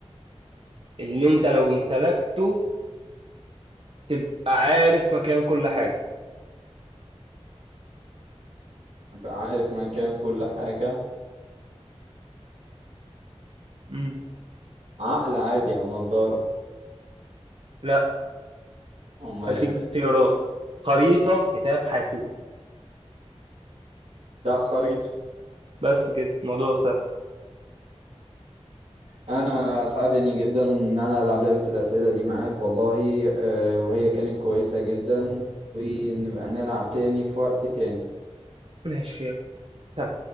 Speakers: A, on the right (about 55°); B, on the right (about 80°).
A: اللي انت لو امتلكته تبقى عارف مكان كل حاجة
B: ابقى عارف مكان كل حاجة
A: مم.
B: عقل عادي او نضارة
A: لا
B: امال
A: هديك
B: ايه
A: اختيارات خريطة كتاب حاسوب
B: لا خريطة
A: بس كده الموضوع سهل
B: انا اسعدني جدا ان انا العب لعبة الاسئلة دي معاك والله آه، وهي كانت كويسة جدا ونبقى نلعب تاني في وقت تاني
A: ماشي يلا. سلام